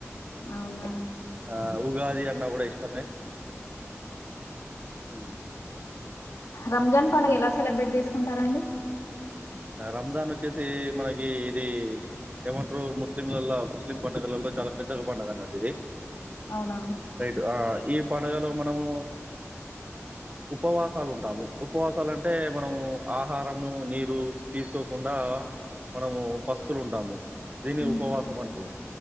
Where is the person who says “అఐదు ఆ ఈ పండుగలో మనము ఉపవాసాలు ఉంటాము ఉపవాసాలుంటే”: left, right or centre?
Right